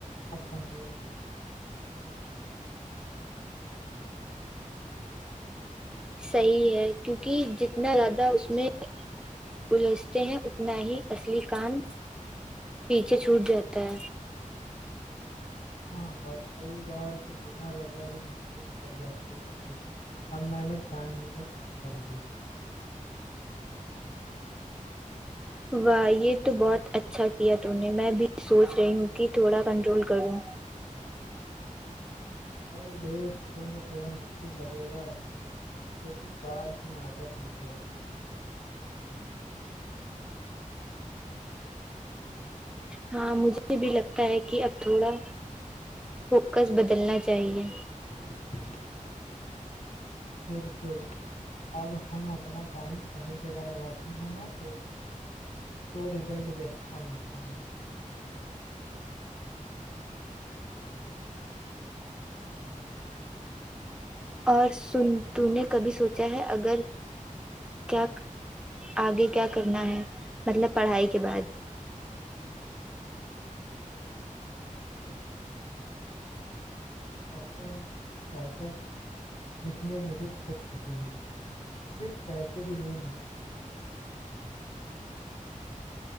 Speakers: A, on the left; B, in the centre.
A: اب کنٹرول میں ہوں
B: صحیح ہے کیونکہ جتنا زیادہ اس میں الجھتے ہیں اتنا ہی اصلی کام پیچھے چھوٹ جاتا ہے
A: ہاں اور کئی بار تو بنا وجہ ہی گھنٹے نکل جاتے اب میں ٹائم ویسٹ نہیں کرنی
B: واہ یہ تو بہت اچھا کیا تم نے میں بھی سوچ رہی ہوں کہ تھوڑا کنٹرول کروں
A: پہلے شروع میں تھوڑا مشکل لگے گا لیکن بعد میں عادت ہو گی
B: ہاں مجھے بھی لگتا ہے کہ اب تھوڑا فوکس بدلنا چاہیے
A: <unintelligible> بالکل اب ہم اپنا ٹائم صحیح جگہ لگاتے ہیں نا تو تو ریزلٹ بھی اچھا ملتا ہے
B: اور سن تم نے کبھی سوچا ہے اگر کیا آگے کیا کرنا ہے مطلب پڑھائی کے بعد
A: ہاں <unintelligible> جس میں مجھے خود خوشی ملی صرف پیسے کے لیے نہیں